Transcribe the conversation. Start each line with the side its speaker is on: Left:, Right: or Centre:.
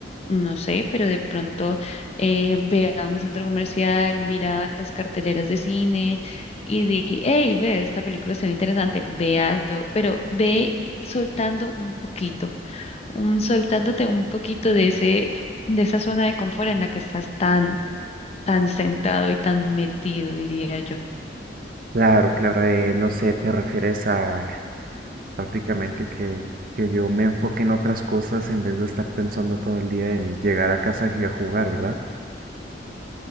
Left: no sé, pero de pronto eh, ve a un centro comercial, mira las carteleras de cine y di, hey, ve, esta película se ve interesante, véaslo pero ve soltando un poquito, un, soltándote un poquito de ese, de esa zona de confort en la que estás tan tan centrado y tan metido, diría yo.
Right: Claro, claro, eh, no sé, te refieres a prácticamente que, que yo me enfoque en otras cosas en vez de estar pensando todo el día en llegar a casa y a jugar, ¿verdad?